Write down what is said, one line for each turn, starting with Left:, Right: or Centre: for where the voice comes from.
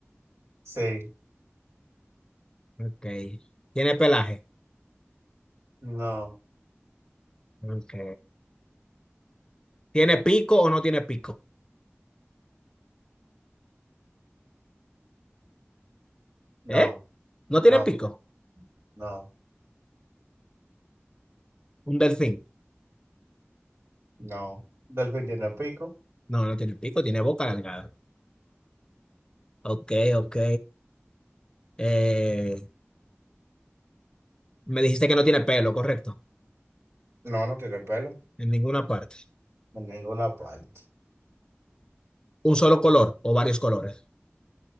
Right: sí,
Left: Ok. ¿Tiene pelaje?
Right: no,
Left: Ok. ¿Tiene pico o no tiene pico?
Right: no,
Left: ¿Eh? ¿No tiene
Right: no,
Left: pico?
Right: no,
Left: Un delfín.
Right: no. ¿Delfín tiene pico?
Left: No, no tiene pico, tiene boca alargada. Ok, ok. Eh, me dijiste que no tiene pelo, correcto.
Right: No, no tiene pelo.
Left: En ninguna parte.
Right: En ninguna parte.
Left: ¿Un solo color o varios colores?